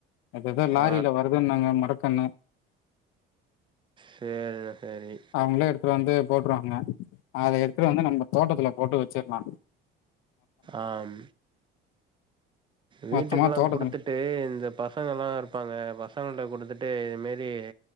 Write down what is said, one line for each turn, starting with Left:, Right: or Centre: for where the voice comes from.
Left: அதெதா லாரில
Right: ஆ
Left: வருதுன்னாங்க மரக்கன்னு
Right: சேரிடா சரி
Left: அவங்களே வந்து போட்ருவாங்க அத எடுத்ட்டு வந்து நம்ம தோட்டத்துல போட்டு வெச்சிர்லா
Right: ஆம் வீட்டுக்குல்லா
Left: மொத்தமா தோட்டத்துல
Right: குடுத்துட்டு இந்த பசங்க எல்லா இருப்பாங்க பசங்கல குடுத்துட்டு இதுமேர் தி